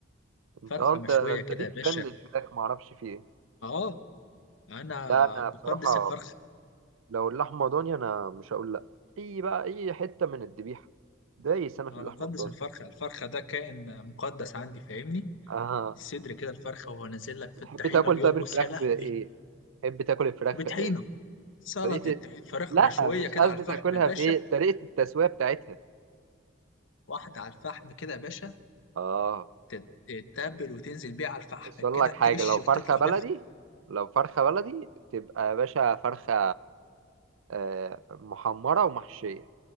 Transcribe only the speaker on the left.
فرخة
مشوية
كده
يا
باشا
اه انا
بقدس
الفرخة
انا
بقدس
الفرخة الفرخة ده كائن مقدس عندي فاهمني
الصدر كده الفرخة وهو نازل لك في الطحينة
بيرقص
يا لهوي
بطحينة
سلطة
فراخ
مشوية
كده
على الفحم
يا باشا
واحدة على الفحم كده يا باشا
تت- تتبل وتنزل بيها على الفحم
كده
تقش
وتطلع
بيها في-